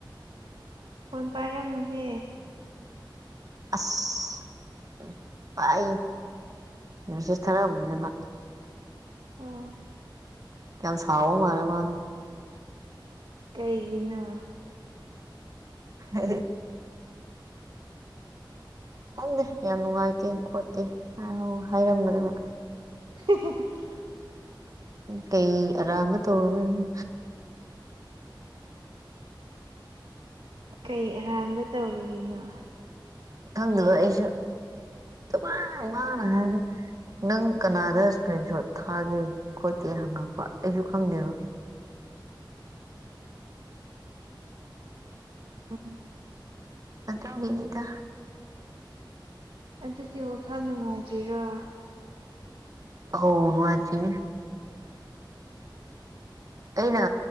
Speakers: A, on the right; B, on the right.
A: ꯐꯣꯟ ꯄꯥꯏꯔꯝꯃꯨꯍꯦ
B: ꯑꯁ ꯚꯥꯏ ꯃꯁꯖ ꯃꯥ
A: ꯑꯣ
B: ꯀ ꯁꯥꯋꯣ ꯃꯥꯔꯦ ꯃꯥ
A: ꯀꯩꯒꯤꯅꯣ
B: ꯍ ꯈꯪꯗꯦ ꯌꯥꯝ ꯅꯨꯡꯉꯥꯏꯇꯦ ꯈꯣꯠꯇꯦ ꯍꯥꯏꯔꯝꯒꯅꯦꯕ
A: <inaudible>
B: ꯀꯩ ꯑꯔꯥꯟꯕ ꯇꯧꯔꯨꯒꯣꯏꯅꯣ
A: ꯀꯩ ꯑꯔꯥꯟꯕ ꯇꯧꯔꯨꯔꯤꯅꯣ
B: ꯈꯪꯗꯕ ꯑꯩꯁꯨ ꯑꯗꯨ ꯉꯅ ꯍꯥꯏꯔꯦ ꯅꯪ ꯀꯅꯥꯗ ꯏꯁꯀ꯭ꯔꯤꯟ ꯁꯣꯠ ꯊꯥꯒꯦ ꯈꯣꯠꯀꯦ ꯍꯪꯉꯛꯄ ꯑꯩꯁꯨ ꯈꯪꯗꯦꯕ
A: <inaudible>
B: ꯑꯗꯨꯒꯕꯤꯅꯤꯗ
A: ꯑꯗꯨꯒꯤ ꯋꯥꯈꯜ ꯅꯨꯡꯉꯥꯏꯇ꯭ꯔꯣ
B: ꯑꯣ ꯅꯨꯡꯑꯏꯇꯔꯤꯅꯤ꯫ ꯑꯩꯅ